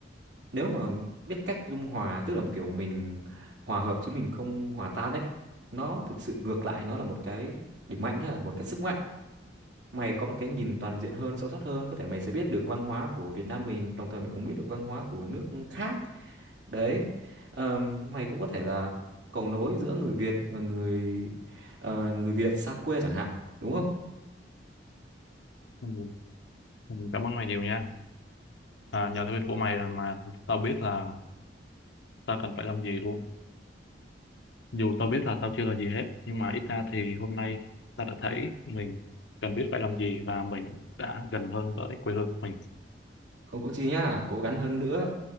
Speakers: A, on the right (about 80°); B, on the left (about 75°).
A: nếu mà biết cách dung hòa tức là kiểu mình hòa hợp chứ mình không hòa tan ấy nó thực sự ngược lại nó là một cái điểm mạnh nhá một cái sức mạnh mày có một cái nhìn toàn diện hơn sâu sắc hơn có thể mày sẽ biết được văn hóa của Việt Nam mình đồng thời mày cũng biết được văn hóa của nước khác đấy Ờm, mày cũng có thể là cầu nối giữa người Việt và người ờ, người Việt xa quê chẳng hạn đúng không
B: Ừ, Ừ, Cảm ơn mày nhiều nha. À, nhờ thuyết của mày mà tao biết là tao cần phải làm gì luôn. Dù tao biết là tao chưa là gì hết, nhưng mà ít ra thì hôm nay tao đã thấy mình cần biết phải làm gì và mình đã gần hơn với quê hương của mình.
A: không có chi nhá cố gắng hơn nữa